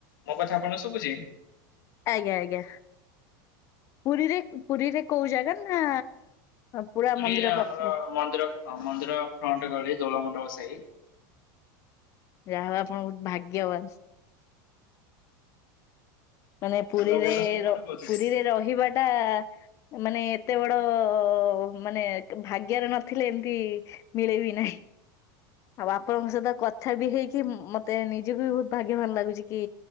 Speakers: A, on the left (about 75°); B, on the left (about 25°).
A: ମୋ କଥା ଆପଣଙ୍କୁ ଶୁଭୁଚି?
B: ଆଜ୍ଞା ଆଜ୍ଞା ପୁରୀରେ, ପୁରୀରେ କୋଉ ଜାଗା ନା ପୁରା
A: ପୁରୀ
B: ମନ୍ଦିର
A: ଆ-ଆମର
B: ପାଖରେ
A: ମନ୍ଦିର ହଁ ମନ୍ଦିର ଫ୍ରଣ୍ଟ ଗଳି ଦୋଳ ମଣ୍ଡପ ସାହି।
B: ଯାହା ହୋଉ ଆପଣ ବୋହୁତ ଭାଗ୍ୟବାନ୍। ମାନେ ପୁରୀରେ
A: ଆପଣ ଭୁବନେଶ୍ୱର
B: ଏ
A: କୋଉଠୁ
B: ର-ପୁରୀରେ
A: କହୁଥିଲେ?
B: ରହିବା ଟା ମାନେ ଏତେ ବଡ ମାନେ ଭାଗ୍ୟରେ ନଥିଲେ ଏମତି ମିଳେ ବି ନାହିଁ। ଆଉ ଆପଣଙ୍କ ସହିତ କତ୍ ଥା ବି ହେଇକି ମତେ ନିଜକୁ ବି ବୋହୁତ ଭାଗ୍ୟବାନ ଲାଗୁଚି କି